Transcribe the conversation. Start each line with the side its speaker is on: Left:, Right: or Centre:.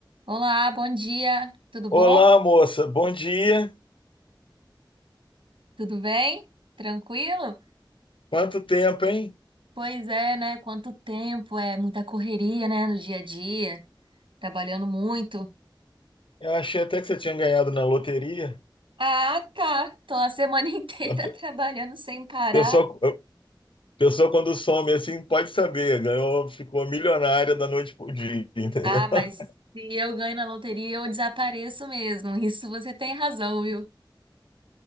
Right: Olá, bom dia. Tudo bom?
Left: Olá, moça, bom dia.
Right: Tudo bem? Tranquilo?
Left: Quanto tempo, hein?
Right: Pois é, né? Quanto tempo, é muita correria, né, no dia a dia, trabalhando muito.
Left: Eu achei até que você tinha ganhado na loteria.
Right: Ah, tá. Tô a semana <laughs> inteira
Left: A pe-
Right: trabalhando sem parar.
Left: Pessoa, a pessoa quando some assim, pode saber, ganhou, ficou milionária da noite pro dia, entendeu?
Right: Ah, mas
Left: <laughs>
Right: se eu ganho na loteria, eu desapareço mesmo. Isso você tem razão, viu?